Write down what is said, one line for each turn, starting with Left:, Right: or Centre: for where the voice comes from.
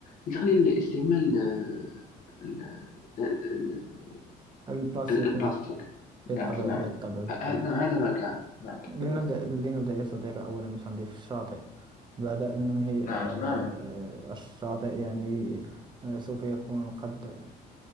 Left: لتقليل استعمال آه، ال... ال...
Right: البلاستيك
Left: ال- البلاستيك
Right: نعم بالطبع
Left: نعم تماما
Right: بالطبع بالطبع
Left: ه- ه- نعم هذا ما كان نعم تماما
Right: لنبدأ لنبدأ يا صديقي أولا بتنظيف الشاطئ بعد أن ننهي
Left: نعم
Right: آه،
Left: تماما
Right: آه، الشاطئ يعني آه، سوف يكون قد